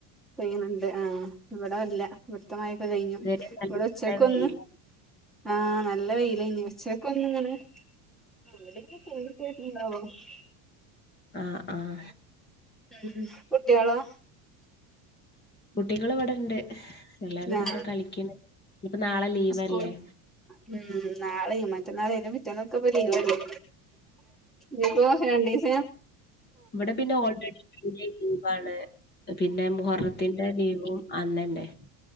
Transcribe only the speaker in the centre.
പെയ്യുന്നുണ്ട് ആ ഇവടെ ഇല്ല വിടുത്തെമായൊക്കെ കഴിഞ്ഞു
ഇവിടെ ഉച്ചക്കൊന്ന്
ആഹ് നല്ല വെയിലേനി ഉച്ചക്കൊന്ന് ഇങ്ങനെ ഉ എ കേത്ത ന് <inaudible> <inaudible>
ഉം കുട്ട്യേളോ
ആ
സ്കൂൾ ഉം നാളെം മറ്റന്നാളും അയ്ന്റെ പിറ്റേന്നൊക്കെ ഇപ്പ ലീവല്ലെ ദീപ്പോരണ്ടിസ